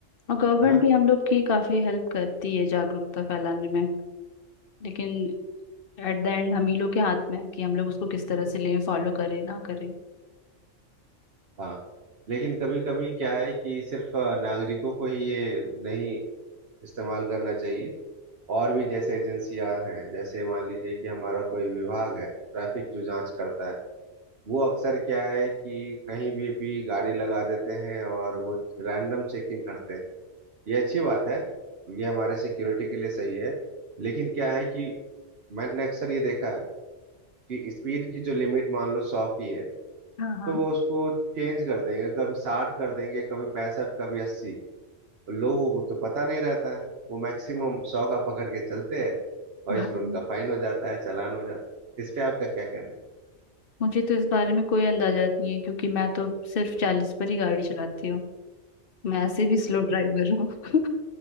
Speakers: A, on the left; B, on the right.
A: और गवर्नमेंट
B: है ना
A: भी हम लोग की काफी हेल्प करती है जागरूकता फैलाने में लेकिन एट द एंड हम ही लोग के हाथ में है कि हम लोग उसको किस तरह से लें फॉलो करें ना करें
B: हाँ लेकिन कभी कभी क्या है कि सिर्फ अ, नागरिकों को ही ये नहीं इस्तेमाल करना चाहिए और भी जैसे एजेंसियां हैं जैसे मान लीजिए कि हमारा कोई विभाग है ट्रैफिक जो जांच करता है वो अक्सर क्या है कि कहीं भी भी गाड़ी लगा देते हैं और वो रैंडम चेकिंग करते हैं ये अच्छी बात है ये हमारे सिक्योरिटी के लिए सही है लेकिन क्या है कि मैंने अक्सर ये देखा है कि स्पीड की जो लिमिट मान लो सौ की है
A: हाँ हाँ
B: तो वो उसको चेंज कर देंगे कभी साठ कर देंगे कभी पैंसठ कभी अस्सी लोगों को तो पता नहीं रहता है वो मैक्सिमम सौ का पकड़ के चलते हैं और
A: हाँ
B: इसमें उनका फाइन हो जाता है चालान हो जाता है इस पे आपका क्या कहना है
A: मुझे तो इस बारे में कोई अंदाजा नहीं है क्योंकि मैं तो सिर्फ चालीस पर ही गाड़ी चलाती हूँ मैं ऐसे भी स्लो ड्राइवर हूँ <laughs>